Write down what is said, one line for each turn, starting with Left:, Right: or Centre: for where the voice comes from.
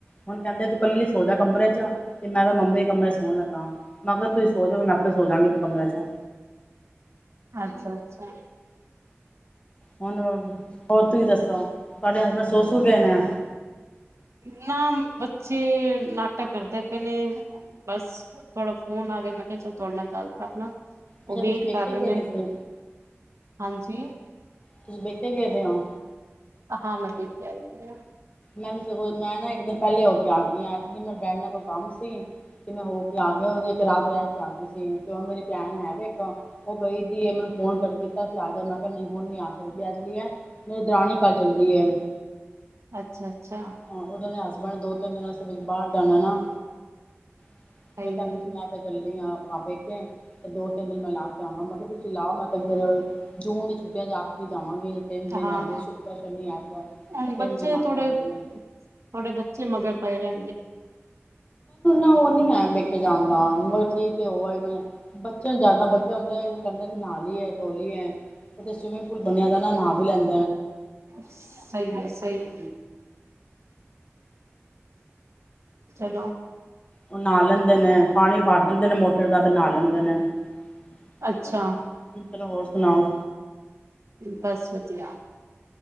Left: ਹੁਣ ਕੈਂਦੇ ਤੂੰ ਕੱਲੀ ਸੋ ਜਾ ਕਮਰੇ ਚ, ਤੇ ਮੈਂ ਤਾਂ ਮੰਮੀੇ ਕਮਰੇ ਸੋਣ ਲੱਗਾਂ, ਮੈਂ ਕੇਆ ਸੌ ਜਾ, ਮੈਂ ਆਪੇ ਸੌਂ ਜਾਂਗੀ ਫਿਰ ਕਮਰੇ ਚ।
Right: ਅੱਛਾ ਅੱਛਾ।
Left: ਹੁਣ ਹੋਰ ਤੁੱਸੀ ਦੱਸੋ ਤੋਆਡੇ ਹਸਬੈਂਡ ਸੌ ਸੁ ਗਏ ਨੇ।
Right: <unintelligible> ਬੱਚੇ ਨਾਟਕ ਕਰਦੇ ਪਏਨੇ ਬਸ ਤੋਡਾ ਫੋਨ ਆਗਿਆ ਮੈਂ ਕੇਆ ਚਲ ਤੋਡੇ ਨਾਲ ਗੱਲ ਕਰਲਾਂ।
Left: ਅੱਛਾ
Right: ਓ
Left: ਤੁਸੀਂ
Right: ਵੇਟ
Left: ਪੇਕੇ
Right: ਕਰ ਰੇ
Left: ਗਏ
Right: ਨੇ,
Left: ਦੇ ਸੀ
Right: ਹਾਂਜੀ
Left: ਤੁਸੀ ਪੇਕੇ ਗਇਦੇ ਔਂ।
Right: ਹਾਂ, ਮੈਂ ਪੇਕੇ ਆਇਦੀ ਆਂ।
Left: ਮੈਂ ਵੀ ਸਗੋ, ਮੈਂ ਨਾ ਇਕ ਦਿਨ ਪੈੱਲੇ ਔ ਕੇ ਆਗੀ ਆਂ, ਐਕਚੁਲੀ ਮੈਂ ਡੈਡੀ ਨਾਲ ਕੋਈ ਕੰਮ ਸੀ, ਤੇ ਮੈਂ ਹੋ ਕੇ ਆਗੀ। <unintelligible> ਏਕ ਰਾਤ ਰੈ ਕੇ ਆਗੀ ਸੀ, ਹੋਣ ਮੇਰੀ ਭੈਣ ਹੈ ਵੇ ਇੱਕ ਔ ਗਈਦੀ ਐ ਮੈਨੂੰ ਫੋਨ ਕਿਤਾ ਸੀ ਆਜਾ ਮੈਂ ਕੇਆ ਹੁਨ ਨਈਂ ਆ ਸਕਦੀ, ਐਕਚੁਲੀ ਐ ਮੇਰੀ ਦਰਾਣੀ ਕੱਲ ਚੱਲੀ ਏ।
Right: ਅੱਛਾ। ਅੱਛਾ
Left: ਹਾਂ <unintelligible> ਹਸਬੈਂਡ ਨੇ ਦੋ ਤਿੰਨ ਦਿੰਨਾਂ ਵਾਸਤੇ ਬਾਹਰ ਜਾਂਦਾ ਏ ਨਾ <unintelligible>
Right: ਸਹੀ
Left: ਫ ਕਹਿੰਦੀ
Right: ਹੈ
Left: ਸੀ ਮੈਂ ਫੇਰ ਚੱਲੀ। ਪਾਪੇ ਤੇ ਦੋ ਤਿੰਨ ਦਿਨ ਮੈਂ ਲਾ ਜਾਵਾਂ ਮੈਂ ਕਿਹਾ ਤੁਸੀਂ ਲਾਓ, ਮੈਂ ਤੇ ਫਿਰ ਜੂਨ ਦੀ ਛੁੱਟੀਆਂ ਚ ਆਖਰੀ ਚ ਜਾਵਾਂਗੀ। <unintelligible> ਤਿੰਨ
Right: ਹਾਂ
Left: ਦਿਨ <unintelligible> ਸ਼ੁਕਰ, ਸ਼ਨੀ, ਐਤਵਾਰ
Right: ਹੁਣ
Left: ਤਿੰਨ
Right: ਬੱਚੇ
Left: ਦਿਨ ਲਗਾ
Right: ਥੋੜੇ
Left: ਕੇ ਆਣਗੇ।
Right: ਤੁਹਾਡੇ ਬੱਚੇ ਮਗਰ ਪਏ <inaudible>
Left: ਓਹ ਨੀ ਹੈ, ਪੇਕੇ ਜਾਣ ਦਾ, ਬਸ ਠੀਕ ਏ ਹੋ ਆਏ। ਬੱਚੇ ਜਾਦਾ <unintelligible> ਹੁੰਦੇ ਨੇ ਕਹਿੰਦੇ ਨੇ, ਨ੍ਹਾ ਲਿਏ, ਧੋਂ ਲਿਏ ਕਦੇ ਸਵਿਮਿੰਗ <unintelligible> ਬਨਿਆ ਦਾ ਨਾਂ ਵੀ ਲੈਣ
Right: ਸਹੀ ਹੈ, ਸਹੀ ਹਮ। ਚਲੋ।
Left: ਉਹ ਨ੍ਹਾ ਲੈਂਦੇ ਨੇ ਪਾਣੀ ਪਰ ਦੇਂਦੇ ਮੋਟਰ ੜਾ ਤੇ ਨਾ ਲੈਂਦੇ ਨੇ, ਤੁੱਸੀ
Right: ਅੱਛਾ
Left: ਚਲੋ ਹੋਰ ਸੁਣਾਓ।
Right: ਬਸ ਵਧੀਆਂ।